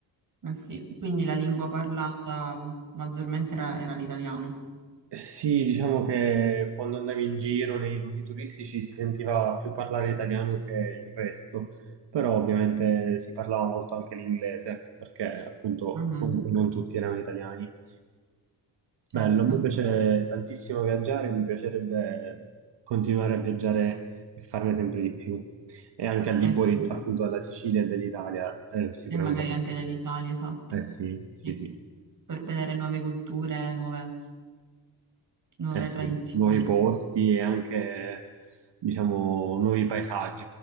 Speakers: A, on the right; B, on the right.
A: Eh sì, Quindi la lingua parlata maggiormente era, era l'italiano.
B: Sì, diciamo che quando andavi in giro nei luoghi turistici si sentiva più parlare italiano che il resto, però ovviamente si parlava molto anche l'inglese, perché appunto
A: Mhm,
B: comunque non tutti erano italiani. Bello,
A: certo,
B: mi piace tantissimo viaggiare, mi piacerebbe continuare a viaggiare e farne sempre di più, e anche al
A: eh
B: di fuori
A: sì,
B: appunto della Sicilia e dell'Italia, eh, sicuramente.
A: e magari anche dell'Italia, esatto.
B: Eh sì, sì,
A: Sì,
B: sì.
A: Per vedere nuove culture, nuove, nuove
B: Eh sì,
A: tradizioni.
B: nuovi posti e anche, diciamo, nuovi paesaggi,